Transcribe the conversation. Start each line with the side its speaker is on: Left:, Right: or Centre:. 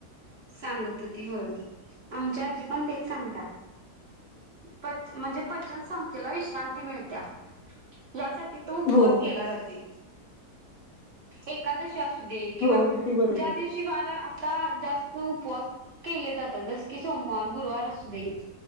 Right: सांगत होती होय आमची आज्जी पण तेच सांगत्या पच म्हणजे पचन संस्थेला विश्रांती मिळत्या यासा कि तो उपवास
Left: हो
Right: केला जातोय एकादशी असू सुदे किंवा
Left: हो अगदी बरोबर
Right: ज्या दिवशी वार आता आ जास्त चं उपवास केले जातात जस की सोमवार, गुरुवार असुदेत